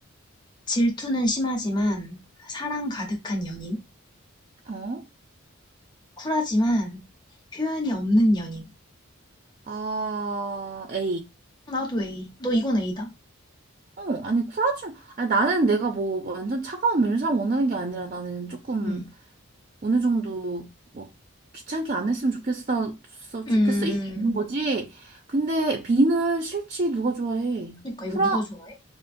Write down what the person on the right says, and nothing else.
어?
아, A.
어, 아니, 쿨하지. 아니, 나는 내가 뭐 완전 차가운 면상 원하는 게 아니라 나는 조금
어느 정도 뭐 귀찮게 안 했으면 좋겠어, 써- 좋겠어
이거 있는 거지. 근데 B는 싫지 누가 좋아해?
쿨한